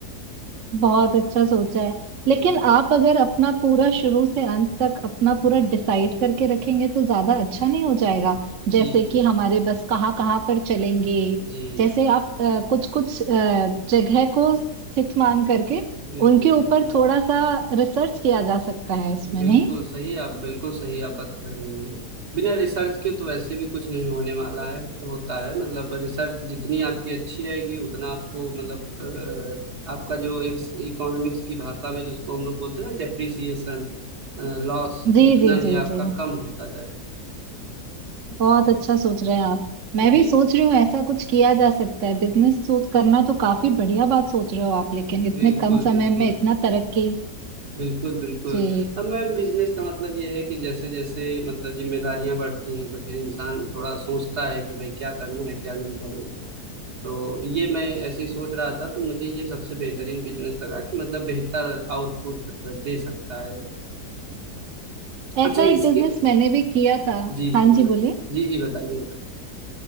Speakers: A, on the right; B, on the right.
A: बहुत अच्छा सोचा है
B: जी
A: लेकिन आप अगर अपना पूरा शुरू से अंत तक अपना पूरा डिसाइड करके रखेंगे तो ज्यादा अच्छा नहीं हो जाएगा
B: जी
A: जैसे
B: जी
A: कि हमारे बस कहाँ कहाँ पर चलेंगे
B: जी
A: जैसे आप कुछ कुछ जगह को स्थित मान करके
B: बिल्कुल
A: उनके
B: बिल्कुल
A: ऊपर थोड़ा सा रिसर्च किया जा सकता है इसमें
B: बिल्कुल
A: नहीं
B: सही आप बिल्कुल सही आप बात कर रहे हैं बिना रिसर्च के तो वैसे भी कुछ नहीं होने वाला है होता है मतलब रिसर्च जितनी आपकी अच्छी रहेगी उतना आपको मतलब अ, आपका जो एक इकोनॉमिक्स की भाषा में जिसको हम लोग बोलते हैं ना डेप्रिसिएशन लॉस
A: जी
B: उतना
A: जी
B: ही
A: जी
B: आपका
A: जी
B: कम होता जाएगा
A: बहुत अच्छा सोच रहे हैं आप मैं
B: जी
A: भी सोच रही हूँ ऐसा कुछ किया जा सकता है बिजनेस सोच करना तो काफी बढ़िया बात सोच रहे हो आप लेकिन इतने
B: बिल्कुल
A: कम समय
B: बिल्कुल
A: में इतना तरक्की
B: बिल्कुल बिल्कुल
A: जी
B: अब मैम बिजनेस का मतलब यह है कि जैसे जैसे मतलब जिम्मेदारियां बढ़ती हैं तो फिर इंसान थोड़ा सोचता है कि भाई क्या करना है क्या नहीं करना है तो ये मैं ऐसे ही सोच रहा था तो मुझे ये सबसे बेहतरीन बिजनेस लगा कि मतलब बेहतर आउटपुट दे सकता है
A: ऐसा
B: अच्छा
A: एक
B: इसके
A: बिजनेस मैंने भी किया था
B: जी
A: हाँ
B: जी
A: जी
B: बत,
A: बोलिए
B: जी जी बताइए बताइए